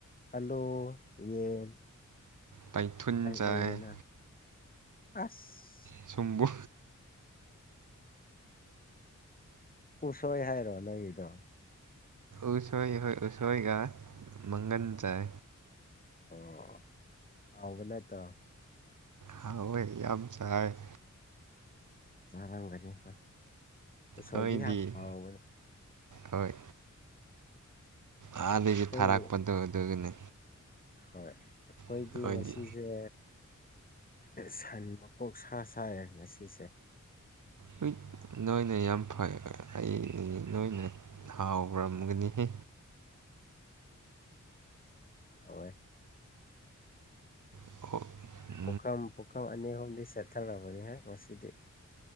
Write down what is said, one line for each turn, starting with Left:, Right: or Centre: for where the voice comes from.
Left: ꯑꯥꯂꯨ ꯌꯦꯟ
Right: ꯇꯥꯏꯊꯨꯟ ꯆꯥꯏ
Left: ꯂꯩꯗꯅ꯫ ꯑꯁ
Right: ꯁꯝꯕꯣ
Left: ꯎꯁꯣꯏ ꯍꯥꯏꯔꯣ ꯅꯪꯒꯤꯗꯣ꯫
Right: ꯎꯁꯣꯏ ꯍꯣꯏ ꯎꯁꯣꯏꯒ ꯃꯪꯒꯟ ꯆꯥꯏ꯫
Left: ꯑꯣ ꯍꯥꯎꯕꯅꯠꯇꯣ꯫
Right: ꯍꯥꯎꯋꯦ ꯌꯥꯝ ꯆꯥꯔꯦ꯫
Left: ꯆꯥꯔ ꯂꯣꯏꯔꯦ ꯍꯣꯏ ꯎꯁꯣꯏꯗꯤ
Right: ꯅꯣꯏꯗꯤ
Left: ꯌꯥꯝ ꯍꯥꯎꯕꯅꯦ
Right: ꯍꯣꯏ꯫ ꯑꯥꯗꯒꯤ
Left: ꯑꯩꯈꯣꯏ
Right: ꯊꯥꯔꯛꯄꯗꯣ ꯑꯗꯨꯒꯤꯅꯤ꯫
Left: ꯍꯣꯏ ꯑꯩꯈꯣꯏꯗꯤ
Right: ꯑꯩꯈꯣꯏꯗꯤ
Left: ꯉꯁꯤꯖꯦ꯫ ꯁꯟ ꯃꯀꯣꯛ ꯁꯥ ꯆꯥꯏꯌꯦ ꯉꯁꯤꯁꯦ꯫
Right: ꯍꯨꯏꯠ ꯅꯣꯏꯅ ꯌꯥꯝ ꯐ ꯑꯩ ꯅꯣꯏꯅ ꯊꯥꯎꯔꯝꯒꯅꯤꯍꯦ꯫
Left: ꯍꯥꯎꯋꯦ꯫
Right: <unintelligible>
Left: ꯄꯨꯈꯝ ꯄꯨꯈꯝ ꯑꯅꯤ ꯑꯍꯨꯝꯗꯤ ꯁꯦꯠꯊꯂꯕꯅꯤꯍꯦ ꯉꯁꯤꯗꯤ꯫